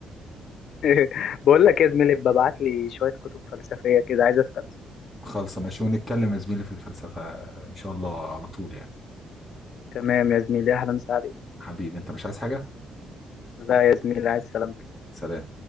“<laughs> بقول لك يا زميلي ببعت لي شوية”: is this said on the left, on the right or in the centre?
Left